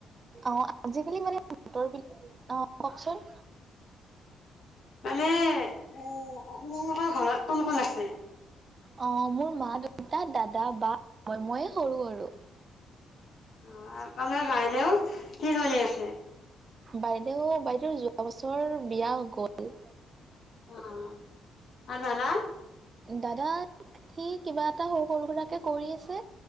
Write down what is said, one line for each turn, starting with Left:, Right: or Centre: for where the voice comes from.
Right: অ'! আজিকালি মানে, মটৰ বিলাক অ'! কওঁকচোন?
Left: মানে, এ, আপোনালোকৰ ঘৰত কোন কোন আছে?
Right: অ'! মোৰ মা -দেউতা, দাদা, বা, মইয়ে সৰু আৰু।
Left: অ'! আপোনাৰ বাইদেউ? কি চলি আছে?
Right: বাইদেউ, বাইদেউ যোৱা বছৰ বিয়া গ'ল।
Left: অ'! অ'! <unintelligible>
Right: দাদা, সি কিবা এটা সৰু, সৰু, সুৰাকে কৰি আছে।